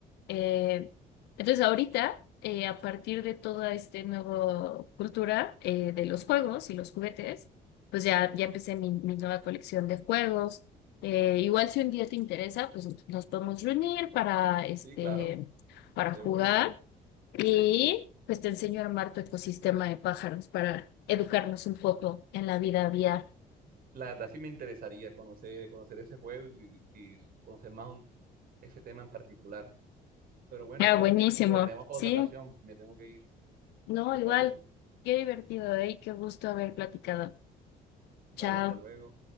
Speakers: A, on the left; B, on the right.
A: Eh, entonces, ahorita, eh, a partir de toda esta nueva cultura eh, de los juegos y los juguetes, pues ya, ya empecé mi, mi nueva colección de juegos. Eh, igual si un día te interesa, pues nos podemos reunir para, este,
B: sí, claro,
A: para
B: de
A: jugar
B: una.
A: y pues te enseño a armar tu ecosistema de pájaros para educarnos un poco en la vida aviar.
B: La verdad sí me interesaría conocer, conocer ese juego y, y conocer más un- ese tema en particular. Pero bueno,
A: Ah,
B: Fer,
A: buenísimo.
B: lo dejaremos para
A: Sí,
B: otra ocasión. Me tengo que ir.
A: no,
B: ¿Te
A: igual.
B: parece?
A: Qué divertido, ¿eh? Y Qué gusto haber platicado.
B: Vale,
A: Chao.
B: hasta luego.